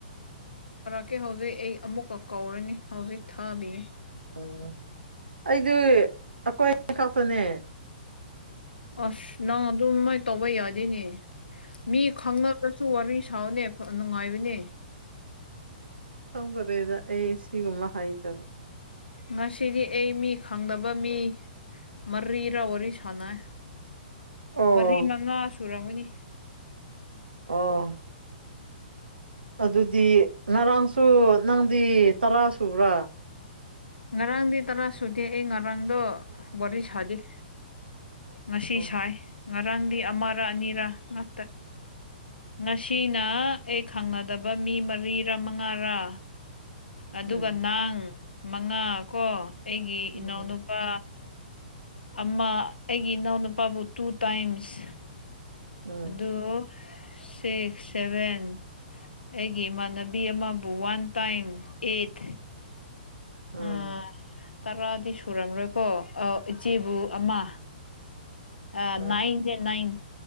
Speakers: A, on the left (about 85°); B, on the right (about 85°).
A: ꯑꯣꯦ ꯍꯧꯖꯤꯛ ꯑꯩ ꯑꯃꯨꯛꯀ ꯀꯧꯔꯅꯤ ꯍꯧꯖꯤꯛ ꯊꯥꯕꯤꯌꯦ
B: ꯎꯝ ꯑꯩꯗꯤ ꯑꯩꯈꯣꯏ ꯑꯅꯤ ꯈꯛꯇꯅꯦ
A: ꯑꯁ ꯅꯪ ꯑꯗꯨꯃꯥꯏꯅ ꯇꯧꯕ ꯌꯥꯗꯦꯅꯦ ꯃꯤ ꯈꯪꯉꯒꯁꯨ ꯋꯥꯔꯤ ꯊꯥꯎꯅꯦ ꯅꯨꯡꯉꯥꯏꯕꯅꯦ
B: ꯈꯝꯗꯔꯦꯗ ꯑꯩ ꯁꯤꯒꯨꯝꯕ ꯍꯥꯏꯖꯕ
A: ꯉꯁꯤꯗꯤ ꯑꯩ ꯃꯤ ꯈꯪꯗꯕ ꯃꯤ ꯃꯔꯤꯔ ꯋꯥꯔꯤ ꯁꯥꯟꯅꯩ
B: ꯑꯣ
A: ꯃꯔꯤ ꯃꯉꯥ ꯁꯨꯔꯝꯃꯨꯅꯤ
B: ꯑꯣ ꯑꯗꯨꯗꯤ ꯉꯔꯥꯡ ꯁꯨ ꯅꯪꯗꯤ ꯇꯔꯥ ꯁꯨꯕ꯭ꯔꯥ
A: ꯉꯔꯥꯡꯗꯤ ꯇꯔꯥ ꯁꯨꯗꯦ ꯑꯩ ꯉꯔꯥꯡꯗꯣ ꯋꯥꯔꯤ ꯁꯥꯗꯤꯦ ꯉꯁꯤ
B: ꯑꯣ
A: ꯁꯥꯏ ꯉꯔꯥꯡꯗꯤ ꯑꯃꯔ ꯑꯅꯤꯔ ꯉꯥꯛꯇ ꯉꯁꯤꯅ ꯑꯩ ꯈꯪꯅꯗꯕ ꯃꯤ ꯃꯔꯤꯔꯥ ꯃꯉꯥꯔꯥ ꯑꯗꯨꯒ
B: ꯎꯝ
A: ꯅꯥꯡ ꯃꯉꯥ ꯀꯣ ꯑꯩꯒꯤ
B: ꯎꯝ
A: ꯏꯅꯥꯎꯅꯨꯄꯥ ꯑꯃ ꯑꯩꯒꯤ ꯏꯅꯥꯎꯅꯨꯄꯥꯕꯨ ꯇꯨ ꯇꯥꯏꯝꯁ
B: ꯎꯝ
A: ꯑꯗꯨ ꯁꯤꯛꯁ ꯁꯚꯦꯟ ꯑꯩꯒꯤ ꯏꯃꯥꯟꯅꯕꯤ ꯑꯃꯕꯨ ꯋꯥꯟ ꯇꯥꯏꯝ ꯑꯦꯠ
B: ꯎꯝ
A: ꯎ ꯇꯔꯥꯗꯤ ꯁꯨꯔꯝꯔꯣꯏꯀꯣ ꯏꯆꯦꯕꯨ ꯑꯃ ꯑ
B: ꯑꯥ
A: ꯅꯥꯏꯟꯦ ꯅꯏꯟ